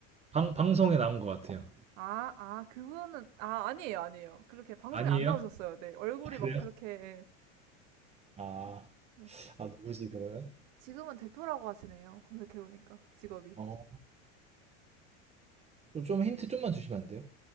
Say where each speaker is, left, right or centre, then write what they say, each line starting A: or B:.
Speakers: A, on the right; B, on the right.
A: 방, 방송에 나온 것 같아요.
B: 아, 아, 그분은, 아, 아니에요, 아니에요. 그렇게 방송에
A: 아니에요?
B: 안 나오셨어요. 네, 얼굴이
A: 아, 그래요?
B: 막 그렇게, 예,
A: 아,
B: 뭐, 네.
A: 아 누구지 그러면?
B: 지금은 대표라고 하시네요. 검색해보니까, 직업이.
A: 어, 좀 힌트 좀만 주시면 안 돼요?